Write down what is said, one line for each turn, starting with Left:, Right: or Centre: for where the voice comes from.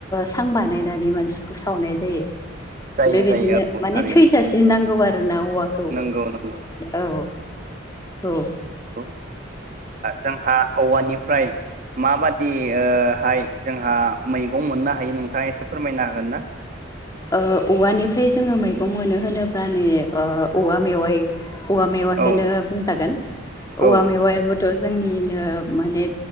Left: सां बानायनानै मानसिखौ सावनाय जायो
Right: जायो
Left: बेबायदिनो
Right: जायो औ
Left: माने
Right: थारैनो
Left: थैसा दि नांगौ आरोना औवाखौ
Right: नंगौ नंगौ
Left: औ औ
Right: ओ जोंहा औवानिफ्राय माबादिहाय जोंहा मैगं मोननो हायो नोंथाङा एसे फोरमायनो हागोन ना
Left: औवानिफ्राय जोङो मैगं मोनो होनोब्ला नै औवा मेवाय औवा मेवखौनो
Right: औ
Left: बुंजागोन औवा
Right: औ
Left: मेवायाव थ' जोंनिनो माने